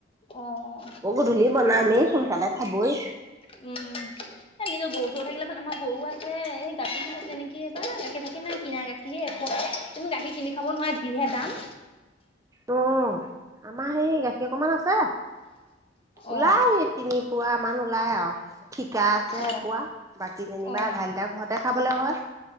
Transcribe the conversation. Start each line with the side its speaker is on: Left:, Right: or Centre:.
Left: অ অ
Right: গধূলি বনামেই সোনকালে খাবই
Left: উম এ নিজৰ গৰু চৰু থাকিলে আমাৰ গৰু আছে সেই গাভিনি হৈছে নেকি এইবাৰ গাখীৰ চাখীৰ নাই কিনা গাখীৰ হে এপোৱা তুমি গাখীৰ কিনি খাব নোৱাৰা যিহে দাম
Right: অ আমাৰ সেই গাখীৰ অকমান আছে ওলাই
Left: অ
Right: তিনি পুৱা মান ওলাই আৱ থিকা আছে
Left: অ
Right: এপোৱা বাকী যেনিবা
Left: অ অ
Right: আধা লিটাৰ ঘৰতে খাবলে হয়